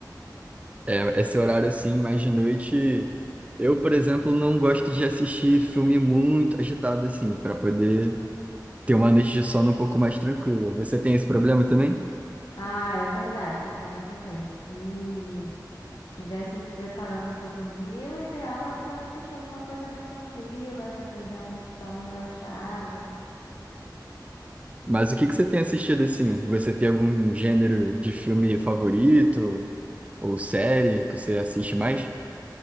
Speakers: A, on the right; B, on the left.
A: É, esse horário, assim, mais de noite. Eu, por exemplo, não gosto de assistir filme muito agitado, assim, para poder ter uma noite de sono um pouco mais tranquila. Você tem esse problema também?
B: Ah, é verdade, eu tenho também. Se estivessem se preparando para dormir, o ideal é fa- assistir alguma coisa mais tranquila, né, Pra realmente dar uma relaxada.
A: Mas o que que você tem assistido assim? Você tem algum gênero de filme favorito? Ou série que você assiste mais?